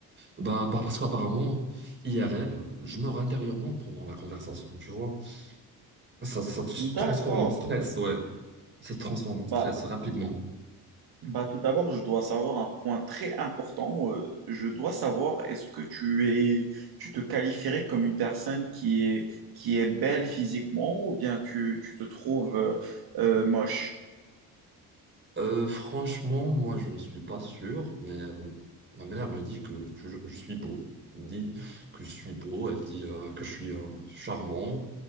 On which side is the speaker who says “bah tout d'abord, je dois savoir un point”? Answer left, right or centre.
Right